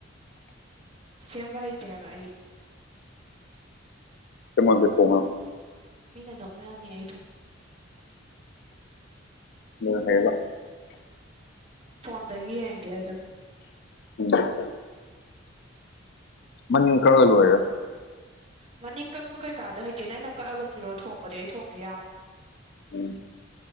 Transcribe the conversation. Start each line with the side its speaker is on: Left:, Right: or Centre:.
Right: ꯁꯦꯝꯕ ꯍꯩꯇꯦ ꯍꯥꯏꯕꯥ ꯑꯩ
Left: ꯏꯃꯥꯟ ꯗ ꯊꯣꯡꯍꯝ
Right: ꯃꯤꯅ ꯅꯣꯛꯅꯅꯤ ꯑꯩꯐꯨ
Left: ꯅꯣꯏ ꯍꯩꯕ
Right: ꯐꯣꯟ ꯗꯥꯒꯤ ꯌꯦꯡꯒꯦ ꯗꯣꯝ
Left: <inaudible> ꯃꯅꯤꯡ ꯀꯛꯑꯥ ꯂꯣꯏꯔꯦ
Right: ꯃꯅꯤꯡ ꯀꯛꯄ ꯀꯩꯀꯥꯗ ꯍꯩꯇꯦ ꯅꯪꯅ ꯀꯛꯑꯒ ꯄꯤꯔꯣꯑꯣ ꯊꯣꯡꯕꯗꯤ ꯑꯩ ꯊꯣꯡꯒꯦ ꯌꯥꯝ
Left: ꯎꯝ